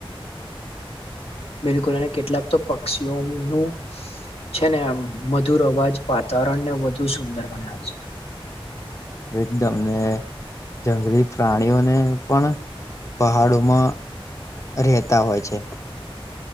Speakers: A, on the left; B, on the left.
A: બિલકુલ અને કેટલાક તો પક્ષીઓનું છે ને મધુર અવાજ વાતાવરણને વધુ સુંદર બનાવે છે
B: એકદમને જંગલી પ્રાણીઓને પણ પહાડોમાં રહેતા હોય છે